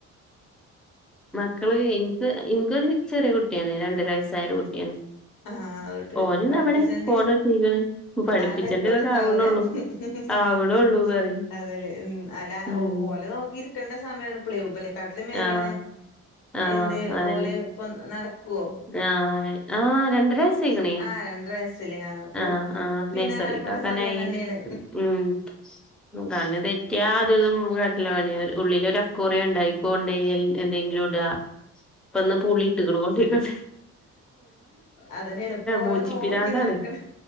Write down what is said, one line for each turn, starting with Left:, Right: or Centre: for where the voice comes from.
Centre: മക്കള് ഇൻക്ക് ഇൻക്കൊരു ചെറിയ കുട്ടിയാണ് രണ്ടര വയസ്സായ ഒര് കുട്ടിയാണ്.
Left: ആഹ് അതൊട്ട്
Centre: ഓന് ഇതാ
Left: പഠിപ്പിച്ചണ്ട്
Centre: ഇവിടെ ഫോണ് കിട്ടീക്ക്ണ് പഠിപ്പിച്ചേണ്ട
Left: ആ തെരക്കൊന്നും
Centre: ഇതൊക്കെ
Left: ണ്ടാവൂല.
Centre: ആവണള്ളൂ
Left: ഉം ഉം ഉം
Centre: ആവണള്ളൂ പറയും
Left: അതെലെ അല്ല
Centre: ഉം
Left: ഓലെ നോക്കിരിക്കണ്ട സമയാണ് പ്പളെ ഉബല കാട്ടിലും മേലെണ്
Centre: ആഹ് ആഹ്
Left: എന്ത്
Centre: അതന്നെ
Left: ഓല് പ്പ നടക്കുവോ?
Centre: ആഹ് ആ രണ്ടരവയസ്സ് ത്തിക്ക്ണെ
Left: ആഹ് രണ്ടര വയസ്സില് അപ്പൊ
Centre: ആഹ് ആഹ്
Left: പിന്നാലെ
Centre: നേഴ്സറികാക്കനായി
Left: നടക്കണ്ട സമയം തന്നെയാണ്
Centre: ഉം. ഉം കണ്ണ് തെറ്റിയ അതതും കാട്ടാല പണി ഉള്ളില് ഒര് ആക്ക്വേറിയംണ്ട് അയ്ക്ക് കൊണ്ടോയി എന്തെങ്കിലും ഇട പ്പ ന്ന് പൂളി ഇട്ട്ക്ക്ണ് കൊണ്ടേയ്ക്കാണ്ട്.
Left: അതന്നെണ് പ്പോ ഓലെ
Centre: മൂച്ചി
Left: നോക്കി
Centre: പിരാന്താണ്
Left: നടക്കണം